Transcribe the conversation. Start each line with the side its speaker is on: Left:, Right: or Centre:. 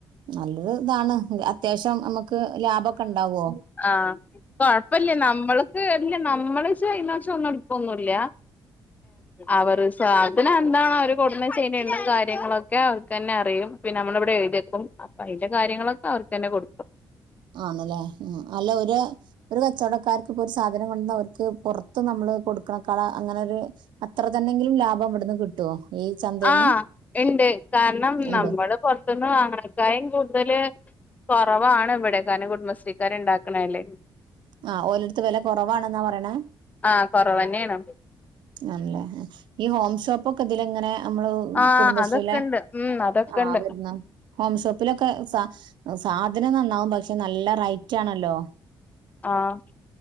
Right: നല്ലൊരു ഇതാണ്, അത്യാവശ്യം നമ്മക്ക് ലാഭൊക്കെ ഉണ്ടാവ്വോ?
Left: ആ കൊഴപ്പില്ല നമ്മള്ക്ക് അല്ല നമ്മള് <unintelligible> ഒന്നും എടുക്കുവൊന്നുംല്ല
Right: <unintelligible>
Left: അവര് സാധനം എന്താണോ അവർ കൊണ്ടുന്നു ചെയ്യണ്ട കാര്യങ്ങളൊക്കെ അവർക്ക് തന്നെ അറിയും പിന്നെ നമ്മളിവിടെ എഴുത്യക്കും അപ്പൊ അതിന്റെ കാര്യങ്ങളൊക്കെ അവർക്ക് തന്നെ കൊടുക്കും.
Right: ആന്നല്ലേ, അല്ല ഒരു ഒരു കച്ചവടക്കാർക്ക് പ്പൊരു സാധനം കൊണ്ടന്നാ അവർക്ക് പുറത്ത് നമ്മള് കൊടുക്കണക്കാള് അങ്ങനെ ഒരു അത്ര തന്നെങ്കിലും ലാഭം ഇവിടുന്ന് കിട്ടുവോ? ഈ ചന്തയിൽന്ന്
Left: ആ ഇണ്ട്, കാരണം
Right: ഉണ്ട്
Left: നമ്മള് പൊറത്തന്ന് വാങ്ങണക്കായും കൂടുതല് കൊറവാണിവിടെ, കാരണം കുടുംബശ്രീക്കാരുണ്ടാക്കണതല്ലേ.
Right: ആ ഓലടുത്ത് വെല കുറവാണെന്നാ പറയണ?
Left: ആഹ് കുറവ് തന്നെയാണ്
Right: ആണല്ലേ, ഈ ഹോം ഷോപ്പ് ഒക്കെ ഇതിലിങ്ങനെ നമ്മള്
Left: ആഹ്
Right: കുടുംബശ്രീയിലെ,
Left: അതൊക്കെ ഉണ്ട് ഉം അതൊക്കെ
Right: ആ
Left: ഉണ്ട്
Right: വരുന്ന ഹോം ഷോപ്പിലൊക്കെ സാ സാധനം നന്നാവും പക്ഷെ നല്ല റൈറ്റാണല്ലോ?
Left: ആഹ്